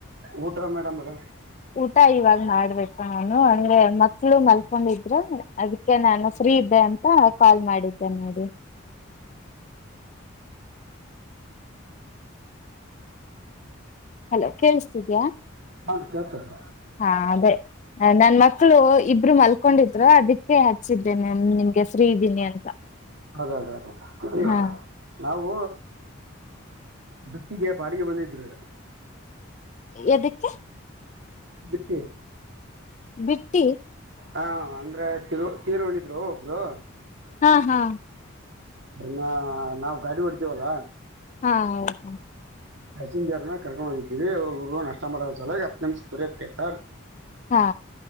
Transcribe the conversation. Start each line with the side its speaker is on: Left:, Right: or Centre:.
Right: ಊಟ್ರ ಮೇಡರ
Left: ಊಟ ಇವಾಗ್ ಮಾಡ್ಬೇಕ ನಾನು ಅಂದ್ರೆ ಮಕ್ಳು ಮಲ್ಕೊಂಡಿದ್ರ ಅದಕ್ಕೆ ಅ ಅಂತ ಕಾಲ್ ಮಾಡಿದ್ದೆ ನೋಡಿ ಹಲೋ ಕೇಳಿಸತಿದ್ಯಾ
Right: ಹಾಂ ಕೇಳ್ತದೆ
Left: ಹಾ ಅದೇ ನನ್ ಮಕ್ಕಳು ಇಬ್ರು ಮಲ್ಕೊಂಡಿದ್ರು ಅದಕ್ಕೆ ಹಚ್ಚಿದ್ದೆನೆಾನು ನಿಮ್ಗೆ ಫ್ರೀ ಇದ್ದೀನಿ ಅಂತ
Right: ಅದೇ ಅದೇ ಅದೇ
Left: ಹಾ
Right: ನಾವು ಬಿಟ್ಟಿಗೆ ಬಾಡಿಗೆ ಬಂದಿದ್ರು
Left: ಎದಕ್ಕೆ
Right: ಬಿಟ್ಟ ಬಿಟ್ಟೆ
Left: ಬಿಟ್ಟಿ
Right: ಹಾ ಅಂದ್ರೆ ತಿರು ತೀರು ಹೋಗಿದ್ರು ಹೋಗರು
Left: ಹಾ ಹಾ
Right: ಅನ್ನ ನಾವವು್ ಗಾಡಿ ಹೊಡ್ತೀವಲ್ಲಾ
Left: ಹಾ ಹೌದ
Right: ಪ್ಯಸೆಂಜರ್ನ ಕರ್ಕೊಂಡ್ ಹೋಗಿದೀವಿಗ ನಷ್ಟ ಮಾಡ ಸಲ ಹ ನಿಮಿಷ ಬರಿ ಕೆಟ್ಟ
Left: ಹಾ